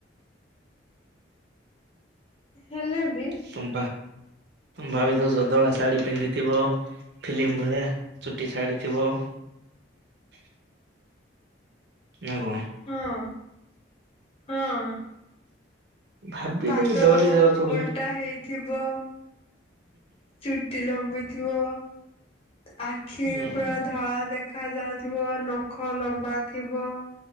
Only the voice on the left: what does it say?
ହେଲେ।। ବି
ହଁ ହଁ।
ପାଦ
ଓଲଟା
ହେଇଥିବ ଚୁଟି ଲମ୍ବିଥିବ ଆଖି
ପୁରା ଧଳା। ଦେଖାଯାଉଥିବ ନଖ ଲମ୍ବା ଥିବ।